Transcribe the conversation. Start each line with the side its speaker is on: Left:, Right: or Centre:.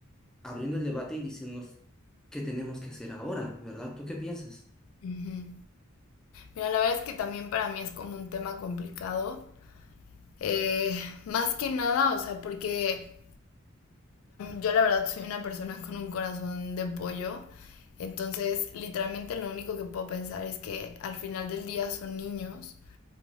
Centre: abriendo el debate y diciéndonos qué tenemos que hacer ahora, ¿verdad? ¿Tú qué piensas?
Left: ujú. Mira, la verdad es que también para mí es como un tema complicado. Eh, más que nada, o sea, porque yo la verdad soy una persona con un corazón de pollo. Entonces, literalmente lo único que puedo pensar es que al final del día son niños